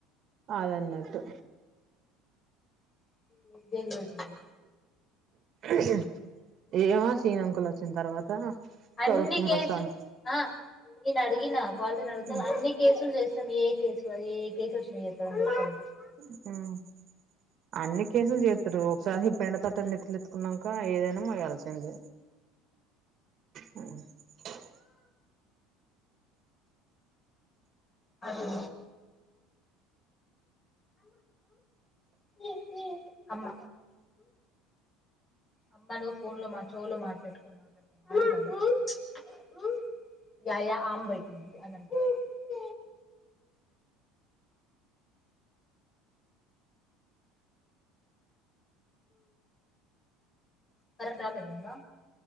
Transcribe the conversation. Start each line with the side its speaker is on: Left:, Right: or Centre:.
Right: అదన్నట్టు
Left: <unintelligible> ఇబ్బందిపెట్టద్దు
Right: ఉహు హ్ ఏమో సీనంకుల్ వచ్చిన తర్వాత
Left: అన్ని
Right: స్వరూప్ కుమార్
Left: కేసుల్
Right: సార్
Left: ఆ నేను అడిగిన కాల్ చేసి అడుగుతే
Right: హ్మ్.
Left: అన్ని కేసుల్ చేస్తం ఏ కేసు మరి ఏ కేసు వచ్చినాయి చెప్పకదండి <inaudible>
Right: ఉమ్ అన్ని కేసులు చేతురు ఒకసారి పైన తట్ట నెత్తి నెత్తుకునంక ఏదైనా మోయాల్సిందే హ్ ఆ
Left: అలో చెప్పింది అమ్మ అమ్మలు ఫోన్ లో మంచోలు మనసు పెట్టుకొని మాట్లాడతరు మంచోలు <unintelligible> య యా ఆమ్బైటిది అదంత <unintelligible> కరెంటు రాలేదా ఇంకా